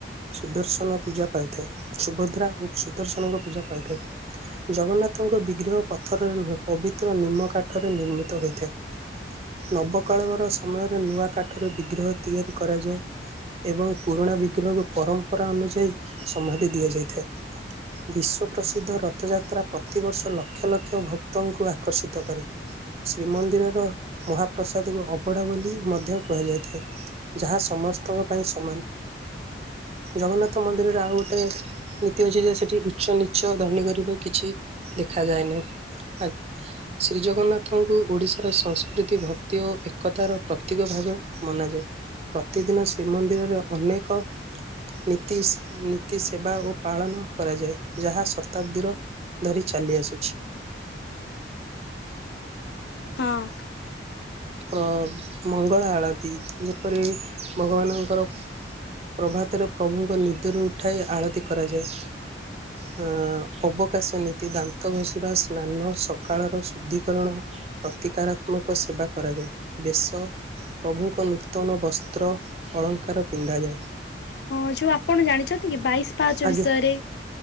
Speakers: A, on the right (about 35°); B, on the left (about 65°).
A: ସୁଦର୍ଶନ ପୂଜା ପାଇଥାଏ ସୁଭଦ୍ରା ଓ ସୁଦର୍ଶନଙ୍କ ପୂଜା ପାଇଥାଏ। ଜଗନ୍ନାଥଙ୍କ ବିଗ୍ରହ ପଥର ରୁହେ ପବିତ୍ର ନିମ୍ମକାଠରେ ନିର୍ମିତ ହୋଇଥାଏ। ନବକାଳବର ସମୟରେ ନୂଆ କାଠରେ ବିଗ୍ରହ ତିଆରି କରାଯାଏ। ଏବଂ ପୁରୁଣା ବିଗ୍ରହକୁ ପରମ୍ପରା ଅନୁଯାୟୀ ସମାଧି ଦିଆଯାଇଥାଏ। ବିଶ୍ଵ ପ୍ରସିଦ୍ଧ ରଥଯାତ୍ରାପ ପ୍ରତିବର୍ଷ ଲକ୍ଷ ଲକ୍ଷ ଭକ୍ତଙ୍କୁ ଆକର୍ଷିତ କରେ। ଶ୍ରୀମନ୍ଦିରର ମହାପ୍ରସାଦକୁ ଅ କପଡ଼ା ବୋଲି ମଧ୍ୟ କୁହାଯାଇଥାଏ ଯାହା ସମସ୍ତଙ୍କ ପାଇଁ ସମାନ। ଜଗନ୍ନାଥ ମନ୍ଦିରରେ ଆଉ ଗୋଟାଏ ନୀତି ଅଛି ଯେ ସେଠି ଉଚ୍ଚ ନିଚ ଧନୀ ଗରବା କିଛି ଦେଖାଯାଏ ନାହିଁ ଆଜ୍ଞା। ଶ୍ରୀ ଜଗନ୍ନାଥଙ୍କୁ ଓଡିଶାର ସଂସ୍କୃତି ଭକ୍ତି ଓ ଏକତାର ପ୍ରତୀକ ଭାବେ ମନାଯାଏ ପ୍ରତିଦିନ ଶ୍ରୀମନ୍ଦିରରେ ଅନେକ ନୀତି ନୀତି ସେବା ଓ ପାଳନ କରାଯାଏ ଯାହା ଶତାବ୍ଦୀର ଧରି ଚାଲି ଆସୁଛି।
B: ହଁ।
A: ପ୍ର ମଙ୍ଗଳା ଆଳତି ଯେପରି ଭଗବାନଙ୍କର ପ୍ରଭାତରେ ପ୍ରଭୁଙ୍କ ନିଦରୁ ଉଠାଇ ଆଳତି କରାଯାଏ। ଅବକାଶ ନୀତି ଦାନ୍ତ ଘଷିବା ସ୍ନାନ ସକାଳର ଶୁଦ୍ଧିକରଣ ପ୍ରତିକାରାତ୍ମକ ସେବା କରାଯାଏ ବେଶ ପ୍ରଭୁଙ୍କ ନୂତନ ବସ୍ତ୍ର ଅଳଙ୍କାର ପିନ୍ଧାଯାଏ।
B: ହଁ ଯୋଉ ଆପଣ ଜାଣିଛନ୍ତି କି ବାଇଶ ପାହାଚ
A: ଆଜ୍ଞା
B: ବିଷୟରେ?